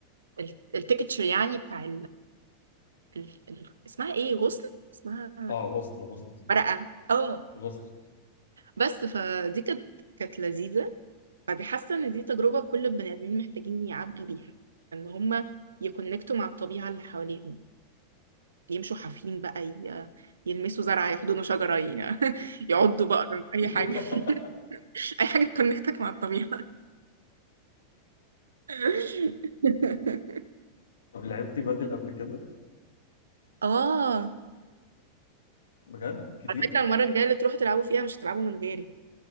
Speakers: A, on the right; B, on the left.
A: ال- التكتشر يعني بتاع ال... ال... اسمها ايه غصن اسمها
B: اه غصن غصن
A: ورقة اه
B: غصن
A: بس فدي كانت كانت لذيذة فدي حاسة ان دي تجربة كل البني ادمين محتاجين يعدوا بيها ان هما يكونكتوا مع الطبيعة اللي حواليهم يمشوا حافين بقى ي... يلمسوا زرعة يحضنوا شجرة ي... <laughs> يعضوا بقرة أي
B: <laughs>
A: حاجة <laughs> أي حاجة تكونكتك مع الطبيعة <laughs>
B: طب لعبتي بدل قبل كده
A: اه
B: بجد كتير
A: على فكرة المرة الجاية اللي تروحوا تلعبوا فيها مش هتلعبوا من غيري